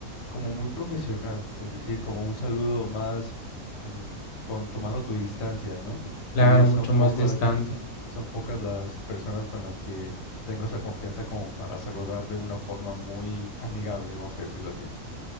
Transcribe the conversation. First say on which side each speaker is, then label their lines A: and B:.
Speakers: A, on the left; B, on the left.
A: como muy profesional, es decir, como un saludo más em, con, tomando tu distancia, ¿no?
B: Claro,
A: Y es-
B: mucho
A: son pocas,
B: más distante.
A: son pocas las personas con las que tengo esa confianza como para saludar de una forma muy amigable, vamos a decirlo así.